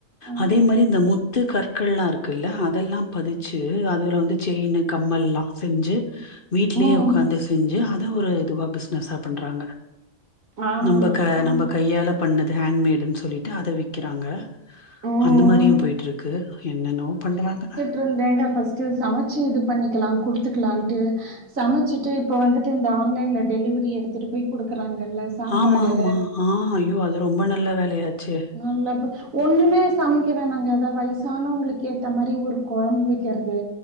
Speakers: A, on the right; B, on the left.
A: ஆ
B: அதே மாரி இந்த முத்து கற்கள்ல்லாம் இருக்குல்ல அதெல்லாம் பதிச்சு அதுல வந்து செயினு கம்மல்லாம் செஞ்சு வீட்லயே
A: ம்
B: உக்காந்து செஞ்சு அத ஒரு இதுவா ப்சினஸா பண்றாங்க
A: ஆ
B: நம்ப க
A: ஆமா
B: நம்ப கையால பண்ணது ஹேண்மேடுன் சொல்லிட்டு அத விக்கிறாங்க
A: ம்
B: அந்த
A: ம்
B: மாரியு போயிட்டுரு க்கு என்னென்னவோ பண்றாங்கா
A: பின்றாங்க ஃபஸ்ட்டு சமைச்சு இது பண்ணிக்கிலா குடுத்துக்கலான்ட்டு சமச்சிட்டு இப்ப வந்துட்டு இந்த ஆன்லைன்ல டெலிவரி எடுத்துட்டு போய் குடுக்குறாங்கல்ல சாப்பாடு
B: ஆமா ஆமா ஆ ஐயோ அது ரொம்ப நல்ல வேலையாச்சே
A: நல்லது ஒண்ணுமே சமைக்கவேனாங்க ஏதா வயிசானங்களுக்கு ஏத்த மாரி ஒரு கொழம்பு வைக்கறது